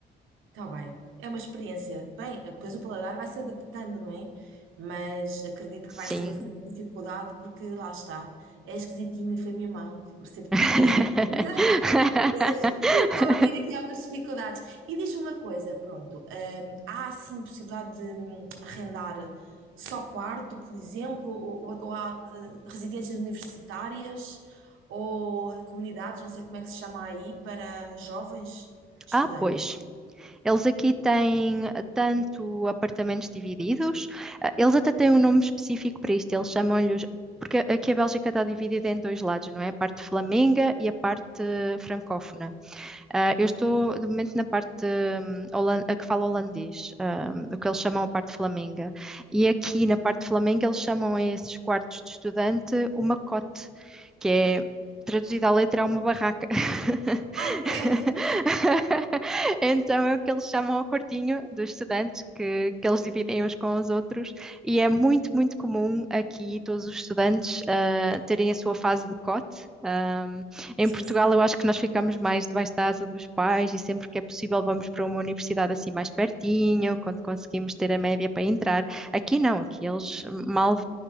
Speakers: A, on the right; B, in the centre.
A: tá bem. É uma experiência. Bem, depois o paladar vai se adaptando, não é? Mas acredito
B: Sim.
A: que vai ser assim uma dificuldade, porque lá está. É esquisitinho e foi mimado por ser
B: <laughs>
A: primeiro filho. <laughs> <laughs> E estou a ver aqui algumas dificuldades. E diz-me uma coisa, pronto, hum, há assim possibilidade de hum, arrendar só quarto, por exemplo, ou, ou- ou há eh, residências universitárias ou comunidades, não sei como é que se chama aí, para jovens estudantes.
B: Ah, pois. Eles aqui têm ah, tanto apartamentos divididos, ah, eles até têm um nome específico para isto, eles chamam-lhes. Porque aqui a Bélgica está dividida em dois lados, não é? A parte flamenga e a parte francófona. Ah, eu estou, de momento, na parte hum, a que fala holandês, hum, o que eles chamam a parte flamenga. E aqui,
A: Uhum.
B: na parte flamenga, eles chamam a esses quartos de estudante uma cote, que é, traduzida à letra, é uma barraca. <laughs>
A: Ai, credo!
B: Então é o que eles chamam ao quartinho dos estudantes, que, que eles dividem uns com os outros, e é muito, muito comum aqui todos os estudantes ah, terem a sua fase de cote, ah, em
A: Sim,
B: Portugal,
A: sim.
B: eu acho que nós ficamos mais debaixo da asa dos pais e sempre que é possível vamos para uma universidade assim mais pertinho, quando conseguimos ter a média para entrar. Aqui não, aqui eles mal,